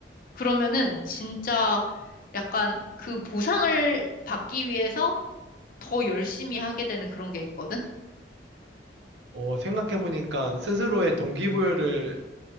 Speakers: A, on the left (about 50°); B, on the right (about 80°).
A: 그러면은 진짜 약간 그 보상을 받기 위해서 더 열심히 하게 되는 그런 게 있거든?
B: 어, 생각해보니까 스스로의 동기부여를